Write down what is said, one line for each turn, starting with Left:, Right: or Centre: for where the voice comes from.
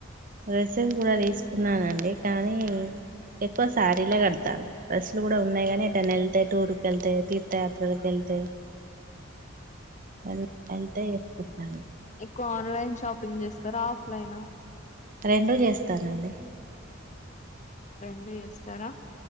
Right: డ్రెసెస్ గుడా తీసుకున్నానండి కానీ ఎక్కువ శారీలె కడుతాను డ్రెస్సులు గుడా ఉన్నాయి గానీ ఎటైనే వెళ్తే టూర్కి వెళ్తే తీర్థయాత్రలకెళ్తే ఎల్ ఏళ్తే ఏసుకుంటాను
Left: క్కువ ఆన్లైన్ షాపింగ్ చేస్తారా ఆఫ్లైనా
Right: రెండు చేస్తానండి
Left: రెండు జెస్తారా